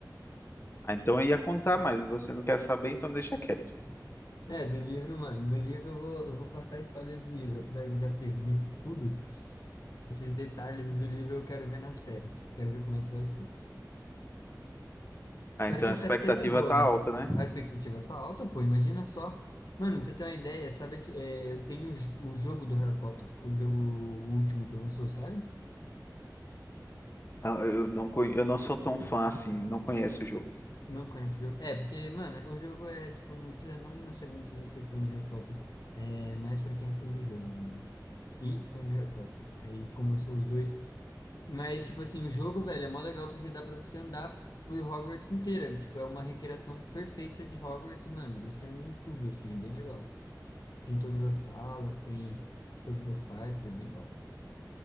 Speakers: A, on the left (about 35°); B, on the left (about 60°).
A: ah, então eu ia contar, mas você não quer saber, então deixa quieto.
B: É, do livro, mano, do livro eu vou, eu vou passar spoilers do livro, apesar de eu já ter visto tudo. Esses detalhes do livro eu quero ver na série. Quero ver como é que vai ser. Espero
A: Ah, então
B: que
A: a
B: a
A: expectativa
B: série seja boa,
A: tá
B: mano.
A: alta, né?
B: A expectativa tá alta, pô. Imagina só. Mano, pra você ter uma ideia, sabe que é, eu tenho o, j- o jogo do Harry Potter, o jogo último que lançou, sabe?
A: Ah, eu não, conhe- eu não sou tão fã assim, não conheço o jogo.
B: Não conheço o jogo. É, porque, mano, o jogo é, tipo, não precisa, não necessariamente precisa ser fã de Harry Potter. É mais pra quem é fã de jogo mesmo, né? E fã de Harry Potter. Aí, como eu sou os dois. Mas, tipo assim, o jogo, velho, é mó legal porque dá pra você andar por Hogwarts inteira. Tipo, é uma recriação perfeita de Hogwarts, e, mano. Você anda em tudo, assim, é bem legal. Tem todas as salas, tem todas as partes, é bem legal.